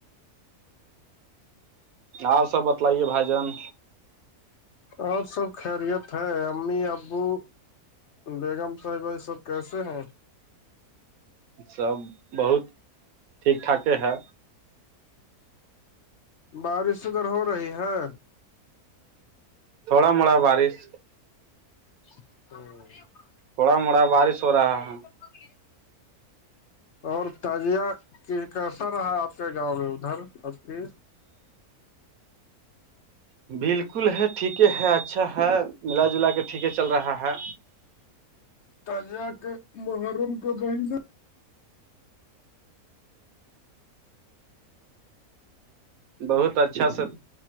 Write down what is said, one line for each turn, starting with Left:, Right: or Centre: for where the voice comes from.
Right: آپ سب بتلائیے بھائی جان
Left: آج سب خیریت ہے امی ابو بیگم صاحبھائی سب کیسے ہیں
Right: سب بہت ٹھیک ٹھاک ہے
Left: بارش ادھر ہو رہی ہے
Right: تھوڑا موڑا بارش
Left: ہوں
Right: تھوڑا موڑا بارش ہو رہا ہے
Left: اوکے اور تجیہ کیسا رہا آپ کے گاؤں میں ادھر اب کی
Right: ج بالکل ہے ٹھیک ہے اچھا ہے ملا جلا کے ٹھیک چل رہا ہے
Left: تجہ کا محرم کا بہند
Right: بہت اچھا س <unintelligible>